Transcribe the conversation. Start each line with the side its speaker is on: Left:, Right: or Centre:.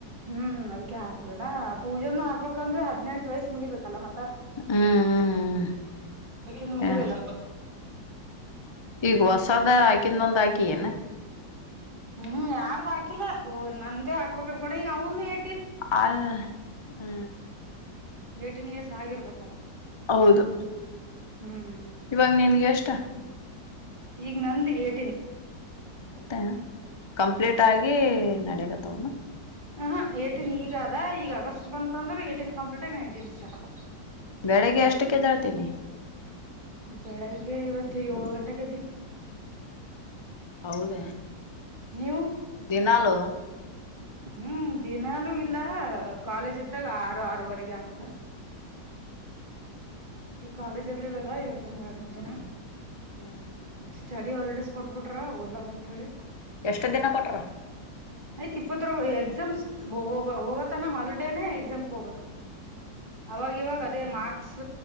Right: ಹ್ಮ್ ಅದಕ ಹಾಕ್ಲಿಲ್ಲ ಪೂಜೆನ ಹಾಕ್ಬೇಕಂದ್ವಿ ಹದ್ನೆಂಟು ವಯಸ್ಸ ಮುಗಿಬೇಕಲ್ಲ ಮತ್ತೆ
Left: ಹ್ಮ್
Right: ಅಕಿಂದ ಮುಗಿಲ್ಲ
Left: ಹ್ಮ್ ಈಗ ಹೊಸದ ಹಾಕಿಂದೊಂದ ಹಾಕಿ ಏನ
Right: ಹ್ಮ್ ಯಾರ್ದು ಹಾಕಿಲ್ಲ ನಂದ್ದೇ ಹಾಕ್ಬೇಕಕ್ ಅನ್ಕೊಂಡ ಈಗ ಅವನು ಎ
Left: ಅ ಹ್ಮ್
Right: ಏಟೀನ್ ಇಯರ್ಸ್ ಆಗಿರ್ಬೇಕಲ್ಲ
Left: ಹೌದು
Right: ಹ್ಮ್
Left: ಇವಾಗ ನಿನ್ಗ ಎಷ್ಟ
Right: ಈಗ್ ನಂದ ಏಟಿನ್
Left: ಹೌದಾ ಕಂಪ್ಲೀಟ್
Right: ನೀ ಕರೆಕ್ಟ್
Left: ಆಗಿ ನಡೆಗತ್ತವನು
Right: ಹ ಹ ಏೀನ್ ಈಗ ಅದ ಈಗ ಅಗಸ್ಟ್ ಬಂತ ಅಂದ್ರ ಏಟೀನ್ ಕಂಪ್ಲೀಟ್ ಆಿ ನೈನ್ಟೀನ್ ಸ್ಟಾರ್ಟ್ ಆತಾ
Left: ಬೆಳಿಗ್ಗೆ ಎಷ್ಟಕ್ಕೆದೇಳ್ತೀ ನಿ
Right: ಬೆಳಗ್ಗೆ ಇವತ್ತು ಯೋಳ್ ಗಂಟೆ ಕ ಎದ್ದಿವಿ
Left: ಹೌದ
Right: ನೀವು
Left: ದಿನಾಲು
Right: ಹ್ಮ್ ದಿನಾಲೂ ಇಲ್ಲ ಕಾಲೇಜ್ ಇದ್ದಾಗ ಆರು ಆರವರೆಗೆ ಆಗ್ತದ
Left: ಹಾ
Right: ಈ ಕಾಲೇಜ್ ಇರ್ಲಿಲ್ಲಲ್ಲಾ ಇವತ್ತ ಒಂದ್ ಎರಡ್ ಮೂರ್ ದಿನ
Left: ಹ್ಮ್
Right: ಸ್ಟಡಿ ಹಾಲಿಡೇಸ್ ಕೊಟ್ಬಿಟ್ರ ಓದ್ಲಕ್ಕ ಅಂತ ಹೇಳಿ
Left: ಎಷ್ಟ ದಿನ ಕೊಟ್ರ
Right: ಆಯ್ತ್ ಇಪ್ಪತ್ರ ಎಕ್ಸಾಮ್ ಹೋಗ ಹೋಗತನ ಹಾಲಿಡೇನೆೇ ಎಕ್ಸಾಮ್ ಹೋಗ್ಬೇಕು
Left: <inaudible>
Right: ಅವಾಗ ಇವಾಗ
Left: ಹ್ಮ್
Right: ಅದೇ
Left: ಹ್ಮ್
Right: ಮಾರ್ಕ್ಸ್